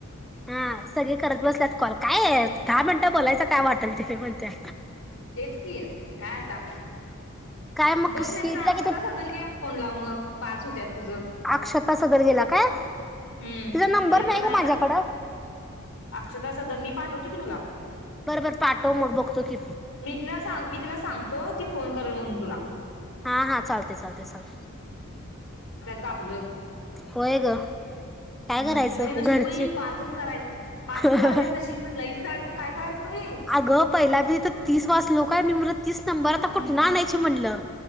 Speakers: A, in the centre; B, on the left.
A: हा सगळी करत बसल्यात कॉल काय दहा मिनिटं बोलायच काय वाटल ते म्हणत्या
B: तेच कि काय आता
A: काय मग
B: बघ
A: सीईटीला
B: नाही त्याचा अक्षता
A: किती
B: सदलगेला फोन लाव मग पाच होत्यात तुझ
A: अक्षता सदर गेला काय
B: हम्म
A: तिचा नंबर
B: तिच्यात
A: नाही
B: पण
A: ग
B: हाय
A: माझ्याकडं.
B: अक्षता सदरगे मी पाठ देते की तुला
A: बरं बरं पाठव मग बघतो की
B: मी तिला सांग मी तिला सांगतो ती फोन करेल म्हणून तुला
A: हा हा चालते चालते चाल
B: कापलं
A: होय ग काय
B: हम्म
A: करायचं
B: तरी नशीब
A: घरचे
B: बाई पाचच करायचं पाचच
A: हाहा
B: करायच आहेत नशीब लईच करायचं काय करायचं ग बाई
A: अगं पहिला मी तर तीस वाज लोकय मी म्हला तीस नंबर आता
B: हा
A: कुठ ना आणायची म्हणलं